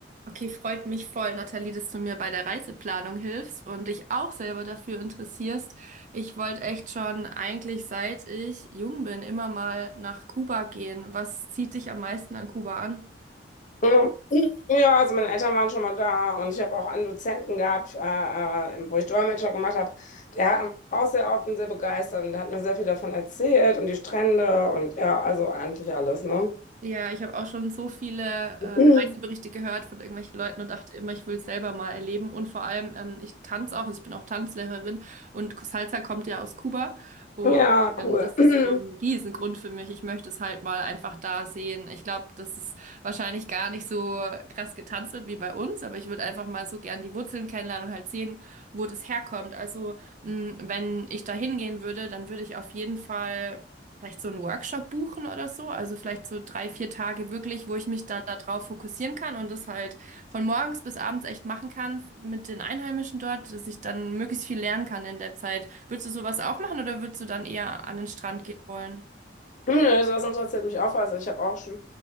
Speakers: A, on the right (about 45°); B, on the left (about 45°).
A: Okay, freut mich voll, Nathalie, dass du mir bei der Reiseplanung hilfst und dich auch selber dafür interessierst. Ich wollte echt schon eigentlich seit ich jung bin immer mal nach Kuba gehen. Was zieht dich am meisten an Kuba an?
B: Ja, Ja, also meine Eltern waren schon mal da und ich habe auch einen Dozenten gehabt, äh, äh, wo ich Dolmetscher gemacht habe. Der hat auch sehr oft und sehr begeistert und der hat mir sehr viel davon erzählt und die Strände und ja, also eigentlich alles, ne?
A: Ja, ich habe auch schon so viele äh,
B: <clears throat>
A: Reiseberichte gehört von irgendwelchen Leuten und dachte immer, ich will es selber mal erleben. Und vor allem, ähm, ich tanze auch, also ich bin auch Tanzlehrerin und Salsa kommt ja aus Kuba. Und
B: Ja,
A: ähm,
B: cool.
A: das ist
B: <clears throat>
A: so ein Riesengrund für mich. Ich möchte es halt mal einfach da sehen. Ich glaube, dass es wahrscheinlich gar nicht so krass getanzt wird wie bei uns, aber ich würde einfach mal so gern die Wurzeln kennenlernen und halt sehen, wo das herkommt. Also, mh, wenn ich da hingehen würde, dann würde ich auf jeden Fall vielleicht so einen Workshop buchen oder so. Also vielleicht so drei, vier Tage wirklich, wo ich mich dann darauf fokussieren kann und das halt von morgens bis abends echt machen kann mit den Einheimischen dort, dass ich dann möglichst viel lernen kann in der Zeit. Würdest du sowas auch machen oder würdest du dann eher an den Strand gehen wollen?
B: Hm, nö, sowas interessiert mich auch. Also ich habe auch schon